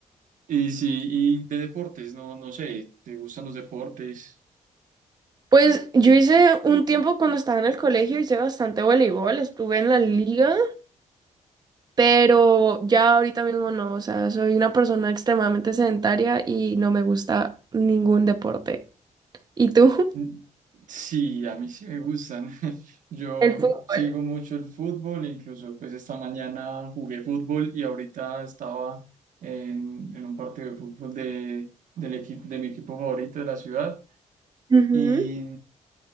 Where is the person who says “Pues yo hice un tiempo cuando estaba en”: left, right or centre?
Right